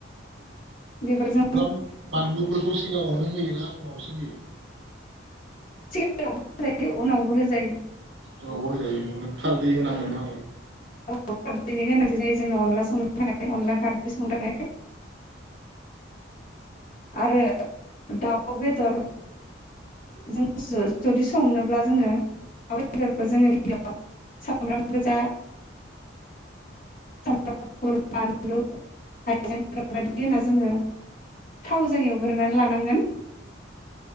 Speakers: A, on the left; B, on the right.
A: बेफोरजों
B: सामब्राम बानलुफोरखौ सिगाङावनो होयोना उनावसो होयो?
A: सिगाङाव बो होजायो उनावबो होजायो।
B: औ होग्रो जायोना। खारदै होनांगोन आरो।
A: औ खारदैनि गोनांथि जायो जोंनाव अनला संनो थाखाय अनला खारदै संनो थाखाय। आरो दाउ बेदर। जों जु जुदि संनोब्ला जोङो दाउ बेदरखौ जोङो गिबियाव सामब्राम गोजा सामब्राम गुफुर बानलु हायजें बेफोरबायदि
B: बानलुजों
A: होना जोङो थावजों एवगोरनानै लानांगोन।